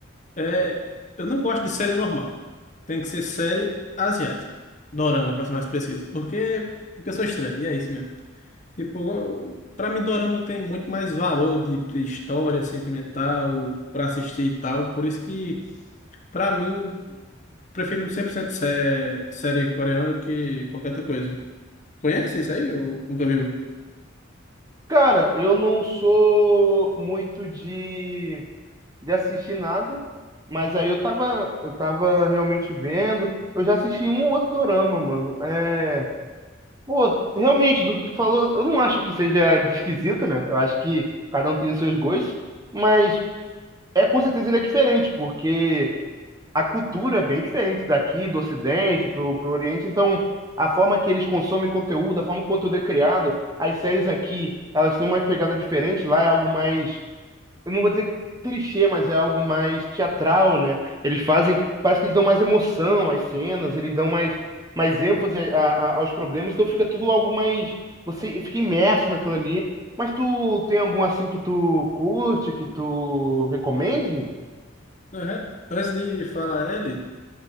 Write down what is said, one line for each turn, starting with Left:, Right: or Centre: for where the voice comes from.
Left: É, eu não gosto de série normal. Tem que ser série asiática. Dorama, pra ser mais preciso. Porque, porque eu sou estranho, e é isso mesmo. Tipo, eu- pra mim, Dorama tem muito mais valor de, de história sentimental, pra assistir e tal. Por isso que. Pra mim, Prefiro 100% sé- série coreana do que qualquer outra coisa. Conhece isso aí ou nunca viu?
Right: Cara, eu não sou muito de. de assistir nada, mas aí eu tava, eu tava realmente vendo. Eu já assisti um ou outro dorama, mano. É, pô, realmente, do que tu falou, eu não acho que seja de esquisito, né? Eu acho que cada um tem os seus gostos, mas é com certeza ele é diferente, porque a cultura é bem diferente daqui, do Ocidente, pro, pro Oriente, então. A forma que eles consomem conteúdo, a forma que o conteúdo é criado, as séries aqui, elas têm uma pegada diferente, lá é algo mais eu não vou dizer clichê, mas é algo mais teatral, né? Eles fazem, parece que eles dão mais emoção às cenas, eles dão mais, mais ênfase a- a- aos problemas, então fica tudo algo mais, você fica imerso naquilo ali. Mas tu tem algum assim que tu curte, que tu recomende?
Left: Aham. Antes de falar ele,